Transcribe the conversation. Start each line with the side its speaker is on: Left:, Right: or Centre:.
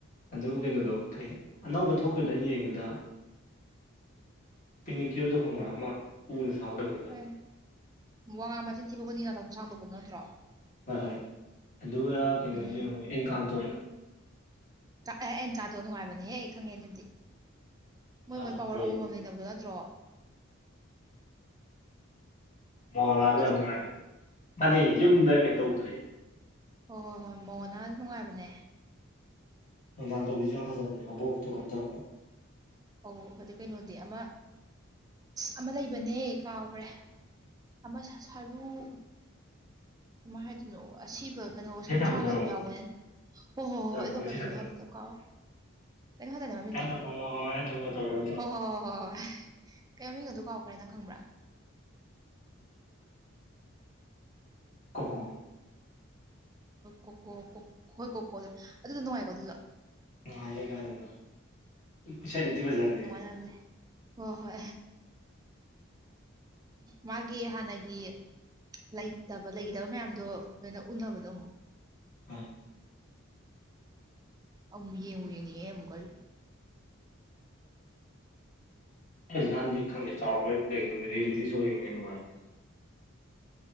Left: ꯑꯗꯨ ꯀꯩꯅꯣꯗ‌ꯣ ꯑꯅꯧꯕ ꯊꯣꯛꯈꯤꯕꯗ ꯑꯩꯅ ꯌꯦꯡꯉꯗ ꯄꯤꯅꯤꯀꯤ꯭ꯌꯣꯗꯣ ꯈꯪꯕ꯭ꯔ ꯑꯃ ꯄꯨꯜ ꯐꯥꯎꯒꯂꯨ
Right: ꯑꯦ ꯋꯥꯉꯥꯡ ꯃꯆꯤꯟ ꯊꯤꯕꯕꯨꯗꯤ ꯅꯥꯇꯪ ꯁꯥꯡꯗꯣꯛꯄꯗꯣ ꯅꯠꯇ꯭ꯔꯣ
Left: ꯍꯣꯏ ꯍꯣꯏ ꯑꯗꯨꯒ ꯀꯩꯅꯣꯁꯨ
Right: ꯎꯝ
Left: ꯌꯦꯡꯉꯣ ꯏꯟꯀꯥꯝ ꯇꯧꯅ
Right: ꯑꯦ ꯑꯦ ꯀꯥꯗꯣ ꯅꯨꯡꯉꯥꯏꯕꯅꯦꯍꯦ ꯑꯩ ꯈꯪꯉꯦ ꯑꯗꯨꯗꯤ ꯃꯣꯏ
Left: ꯌꯥꯝ
Right: ꯃꯣꯏ
Left: ꯐꯖꯩꯌꯦ
Right: ꯄꯋꯥꯔ ꯑꯃꯃꯝ ꯂꯩꯅꯕꯗꯣ ꯅꯠꯇ꯭ꯔꯣ
Left: ꯃꯣꯂꯥꯁꯨ
Right: ꯅꯠꯇ꯭ꯔꯣ
Left: ꯌꯥꯝ ꯅꯨꯡꯉꯥꯏꯔ ꯃꯥꯅꯦꯩ ꯌꯨꯝꯗ ꯀꯩꯅꯣ ꯇꯧꯗꯣꯏ
Right: ꯍꯣꯏ ꯍꯣꯏ ꯍꯣꯏ ꯃꯉꯣꯟꯅꯁꯨ ꯅꯨꯡꯉꯥꯏꯕꯅꯦ
Left: ꯑꯗꯥꯥꯟꯗꯣꯕꯤꯁꯨ ꯌꯥꯝ ꯐꯖꯅ ꯂꯩꯕꯣ ꯑꯣꯛꯇꯣ ꯀꯔ ꯇꯧꯔꯕ
Right: ꯑꯣ ꯍꯥꯏꯗꯤ ꯀꯩꯅꯣꯗꯤ ꯑꯃ ꯑꯃ ꯂꯩꯕꯅꯦ ꯀꯥꯎꯈ꯭ꯔꯦ ꯑꯃ ꯁꯔꯨ ꯀꯃꯥꯏ ꯍꯥꯏꯗꯣꯏꯅꯣ ꯑꯁꯤꯕ ꯀꯩꯅꯣ
Left: ꯏꯁꯩ
Right: ꯁꯔꯨ
Left: ꯁꯛꯄꯗꯨꯔꯣ
Right: ꯁꯥꯥꯡꯒꯗꯕ ꯌꯥꯎꯕꯅꯦ ꯍꯣ ꯍꯣꯏ ꯍꯣꯏ ꯍꯣꯏ ꯑꯩꯗꯣ
Left: ꯀꯣꯡꯒꯩ ꯏꯁꯩ
Right: ꯀꯃꯤꯅꯣ
Left: ꯁꯛꯄꯗꯣ
Right: ꯍꯥꯏꯕꯗꯣ ꯀꯥꯎꯋ ꯀꯩꯅꯣ ꯍꯥꯏꯇꯥꯅꯤ ꯃꯃꯤꯡꯗꯣ
Left: ꯑꯦꯅꯃꯣ ꯑꯦꯅꯃꯣ ꯇꯧꯕꯗꯣ ꯅꯠꯇ꯭ꯔꯣ
Right: ꯍꯣ ꯍꯣꯏ ꯍꯣꯏ ꯍꯣꯏ ꯍꯣꯏ ꯀꯩꯃꯤꯡꯒ ꯑꯗꯨ ꯀꯥꯎꯈ꯭ꯔꯦꯅ ꯈꯪꯕ꯭ꯔꯥ
Left: ꯈꯣꯈꯣ
Right: ꯀ ꯑꯣꯣ ꯍꯣꯏ ꯀꯣ ꯀꯣ ꯍꯣꯏ ꯀꯣ ꯀꯣꯗꯣ ꯑꯗꯨꯗꯣ ꯅꯨꯡꯉꯥꯏꯀꯣ ꯑꯗꯨꯗ
Left: ꯅꯨꯡꯉꯥꯏ ꯑꯩ ꯀꯥꯏꯗꯅ ꯏꯁꯩꯗꯗꯤ ꯐꯖꯅꯦ
Right: ꯃꯦ ꯍꯣꯏ ꯍꯣꯏ ꯃꯥꯒꯤ ꯍꯥꯟꯅꯒꯤ ꯂꯩꯇꯕ ꯂꯩꯒꯗꯕ ꯃꯌꯥꯝꯗꯣ ꯂꯣꯏꯅ ꯎꯅꯕꯗ ꯑꯃꯨꯛ
Left: ꯎꯝ
Right: ꯑꯝ ꯌꯦꯡꯉꯨ ꯌꯦꯡꯅꯤꯡꯉꯦ ꯑꯃꯨꯛꯀꯜ
Left: ꯔꯥꯁ ꯥꯟꯗꯤ ꯈꯪꯗꯦ ꯆꯥꯎꯔꯝꯅ ꯀꯩꯅꯣꯅꯦ ꯔꯤꯌꯦꯂꯤꯇꯤ ꯁꯣ ꯌꯦꯡꯅꯦ ꯅꯨꯡꯉꯥꯏ